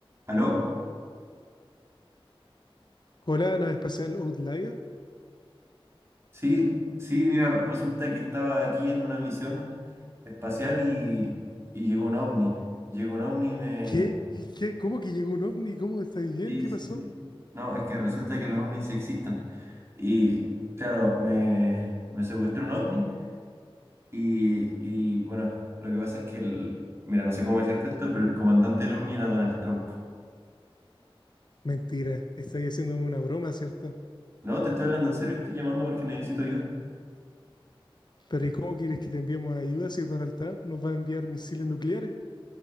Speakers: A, on the right; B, on the left.
A: ¿Aló?
B: Hola, la nave espacial Outlier.
A: Sí, sí, mira, resulta que estaba aquí en una misión espacial y, y llegó un ovni. Llegó un ovni y me...
B: ¿Qué? ¿Qué? ¿Cómo que llegó un ovni? ¿Cómo estáis bien?
A: Sí,
B: ¿Qué
A: sí,
B: pasó?
A: sí. No, es que resulta que los ovnis sí existen. Y claro, me, me secuestró un ovni y, y bueno, lo que pasa es que el... Mira, no sé cómo decirte esto, pero el comandante del ovni era Donald Trump.
B: Mentira, estáis haciendo una broma, ¿cierto?
A: No, te estoy hablando en serio, estoy llamando porque necesito ayuda.
B: Pero ¿y cómo quieres que te enviemos ayuda si Donald Trump nos va a enviar misiles nucleares?